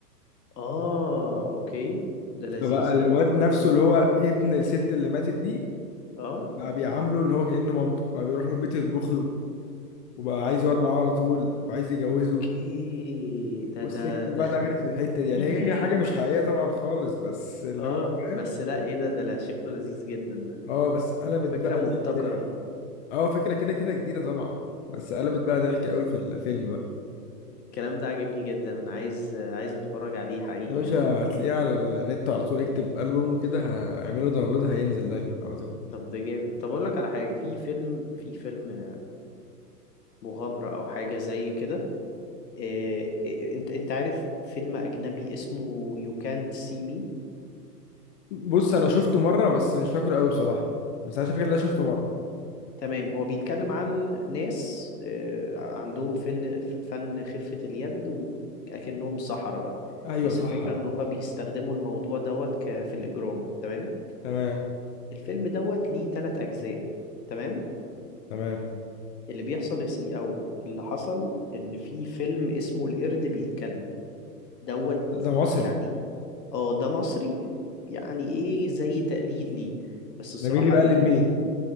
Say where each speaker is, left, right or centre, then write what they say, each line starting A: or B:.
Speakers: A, on the left; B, on the left.
A: اه اوكي ده لذيذ
B: فبقى الواد
A: ده
B: نفسه اللي هو ابن الست اللي ماتت دي
A: اه
B: بقى بيعامله إن هو كأنه مامته بقى بيروح له البيت يطبخ له وبقى عايز يقعد معاه على طول وعايز يجوزه
A: اوكي ده
B: والسكه
A: ده ده
B: بقى دخلت في الحته دي يعني
A: <laughs>
B: هي كده حاجه مش حقيقيه طبعا خالص بس اللي
A: اه
B: هو فاهم
A: بس لا ايه ده ده لا شكله لذيذ جدا ده
B: اه بس قلبت
A: وفكرة
B: بقى
A: مبتكرة
B: ضحك ضحك بقى اه فكره كده كده جديده طبعا بس قلبت بقى ضحك قوي في الفيلم بقى
A: الكلام ده عاجبني جدا انا عايز عايز اتفرج عليه حقيقي
B: يا باشا
A: يعني
B: هتلاقيه على النت على طول اكتب البوم وكده هعمله داونلود هينزل دايما على طول
A: طب ده جامد طب اقول لك على حاجة في فيلم في فيلم مغامرة او حاجة زي كده إيه إيه انت انت عارف فيلم اجنبي اسمه You Can't See Me
B: بص انا شفته مره بس مش فاكره قوي بصراحه بس انا فاكر ان انا شفته مره
A: تمام هو بيتكلم عن ناس آه، عندهم فن فن خفة اليد وأكنهم سحرة بقى
B: ايوه
A: بس
B: صح
A: الفكرة إن هما بيستخدموا الموضوع دوت ك- في الإجرام تمام
B: تمام
A: الفيلم دوت ليه تلات أجزاء تمام
B: تمام
A: اللي بيحصل يا سي أو اللي حصل إن في فيلم اسمه القرد بيتكلم دوت
B: ده, ده مصري
A: يعني اه ده مصري يعني ايه زي تقليد ليه بس الصراحة
B: ده مين اللي بقلد
A: قلدوه
B: مين